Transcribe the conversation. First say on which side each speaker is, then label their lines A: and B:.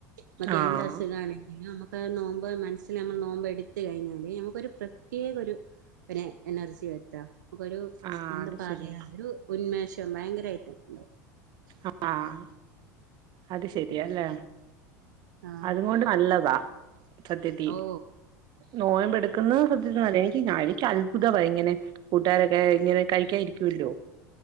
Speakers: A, on the right; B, on the right.
A: നമക്ക്
B: ആഹ്
A: എന്ത് അസുഖ ആണെങ്കിലും നുക്ക് നോമ്പോ മനസ്സിൽ നമ്മൾ നോമ്പോ എടുത്ത കഴിഞ്ഞാല് നമുക്കൊരു പ്രത്യേക ഒരു പി എനർജി വത്ത ഒരു
B: ആഹ്
A: എന്താ
B: അത്
A: പറയാ
B: ശരിയാ
A: ഒരു ഉന്മേഷം ഭയങ്കരമായിട്ട്ണ്ട
B: ആഹ അത് ശരിയയല്ലേ
A: ആഹ്
B: അതു കൊണ്ട് നല്ലതാ സത്യത്തി
A: ഓ
B: നോയമ്പെടുക്കുന്ന സത്യന്നല്ല എനിക്ക് ഴക്ക് അത്ഭുതമാണ് ഇങ്ങനെ കൂട്ടുകാരൊക്കെ അനെ കഴിക്കരിക്കല്ലോ